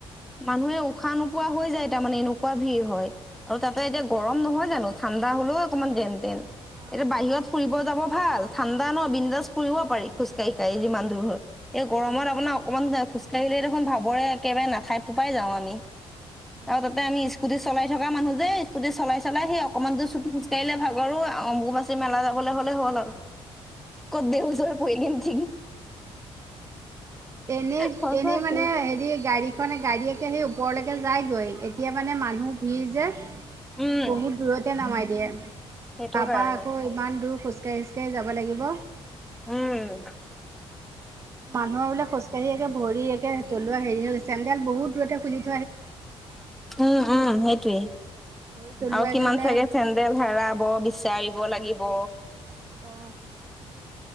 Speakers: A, in the centre; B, on the right.
A: মানুহে উশাহ নোপোৱা হৈ যায় তাৰমানানে এনেকুৱা ভিৰ হয় আৰু তাতে
B: উম
A: এতিয়া গৰম নহয় জানো ঠাণ্ডা হলেও অকনমান যেন তেন
B: অঁ
A: এতিয়া বাহিৰত ফুৰিব যাব ভাল ঠাণ্ডা ন বিন্দাজ পৰিুৰিব পাৰি খোজকাঢ় কঢ়ি
B: অঁ
A: যিমান দূুৰৰত এই গৰমত আপোনাৰ অকণমান খোজকাঢ়িলে দেখোন ভাবৰে একেবাৰে নাথাই ফোপাই যাওঁ আমি
B: অঁ
A: আৰু তাতে আমি স্কুটিত চলাই থকা মানুহ যে স্কুটি চলাই চলাই সেই অকনমান দৰ চুট কাইলৈ ভাগৰো অম্বকুবাচী মেলা যাবলৈ হ'লে হ'ল আৰু ক' দেউজ প কিন্তি
B: এনেই
A: সঁচাকে।
B: এনেই মানে হেৰি গাড়ী খনে গাড়ীয়ে তিয়া সেই ওপৰলৈকে যায়গৈ এতিয়া মানে মানুহ ভিৰ যে এই
A: উম
B: বহুত দূৰতে নামাই দিয়ে
A: সেইটো
B: তাৰাপা
A: কাৰণে
B: আকৌ ইমান দূৰ খু চক যাব লাগিব
A: উম
B: মানুহৰ বোলে খোজকাঢ়ি একে ভৰি একে তলুৱা হেৰি হৈ চেডেল বহুত দূৰতে খুজি
A: উম উম সেইটোৱে
B: ভৰি তলুৱা
A: আৰু কিমান
B: একেবাৰে
A: চাগে
B: হেৰি
A: চেন্দেল হেৰাব বিচাৰিব লাগিব
B: অ